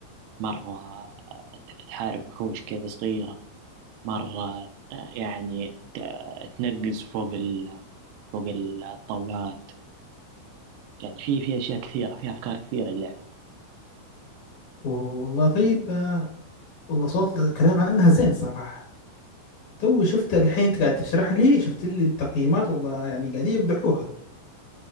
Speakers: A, on the right (about 85°); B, on the left (about 85°).
A: مرة ت- تحارب وحوش كذا صغيرة مرة آه، يعني ت- تنقز فوق ال فوق الطاولات يعني في في أشياء كثيرة في أفكار كثيرة اللعبة
B: والله طيب آه، والله صوت آه، كلام عنها زين صراحة تو شفت الحين انت قاعد تشرح لي شفت لي التقييمات والله يعني قاعدين يمدحوها